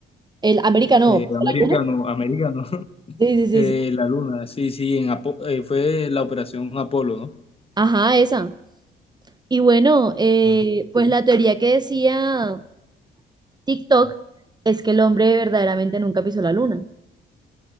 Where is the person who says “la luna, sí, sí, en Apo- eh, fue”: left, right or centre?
Left